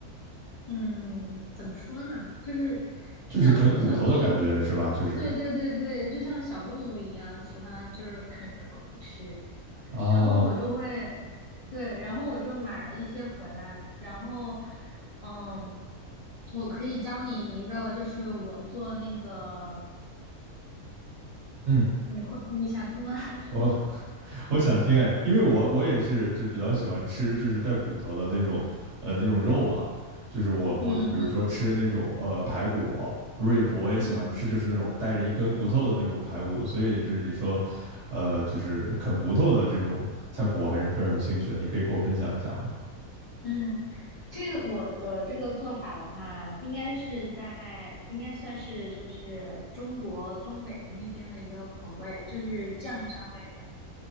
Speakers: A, on the left; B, on the right.
A: 嗯，怎么说呢，就是像小动物，
B: 就是啃骨头的感觉是吧？就是
A: 对对对对，就像小动物一样，喜欢就是啃着东西吃。
B: 啊，
A: 然后我就会，对，然后我就买了一些回来，然后，嗯，我可以教你一个，就是我做那个，
B: 嗯，
A: 你会你想听吗？<laughs>
B: 我我想听哎，因为我我也是就比较喜欢吃就是带骨头的那种，呃那种肉嘛，就是我我就比如说吃那种呃排骨、
A: 嗯嗯
B: rib，我也喜欢吃就是那种带着一根骨头的那种排骨，
A: 嗯
B: 所以就是你说，呃就是啃骨头的这种菜谱，我还是非常有兴趣的，你可以给我分享一下吗？
A: 嗯，这个我的这个做法的话，应该是在应该算是就是中国东北那边的一个口味，就是酱香味的。